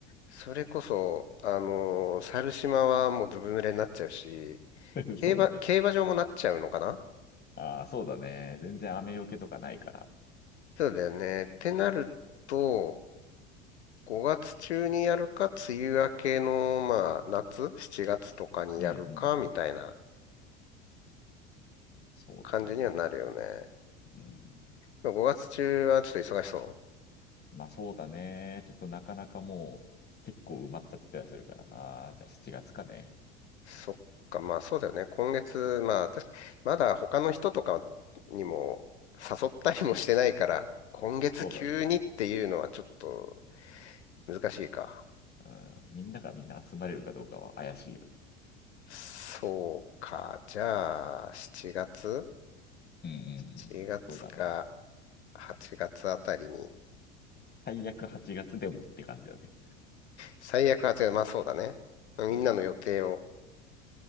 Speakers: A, on the left (about 80°); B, on the left (about 30°).
A: それこそ、あのー猿島はもうずぶ濡れになっちゃうし、
B: <laughs>
A: 競馬、
B: そうだね。
A: 競馬場もなっちゃうのかな
B: ああ、そうだね。全然雨よけとかないから。
A: そうだよね。ってなると、5月中にやるか、梅雨明けの、まあ、夏、7月とかにやるか、
B: うんうん
A: みたいな
B: うん。そうだね。
A: 感じにはなるよね。
B: うん。
A: 5月中はちょっと忙しそう
B: まあそうだね。ちょっとなかなかもう結構埋まっちゃったりはするからな。じゃあ7月かね。
A: そっか、まあそうだよね。今月、まあ確かまだ他の人とかにも誘ったりもしてないから、今月急にっていうのはちょっと
B: そうだね。
A: 難しいか。
B: うん。みんながみんな集まれるかどうかは怪しいよね。
A: そうか、じゃあ7月
B: うんうんうん。
A: ?7 月か
B: そうだね。
A: 8月あたりに、
B: 最悪8月でもって感じだね。
A: 最悪8月、まあそうだね。みんなの予定を
B: うん。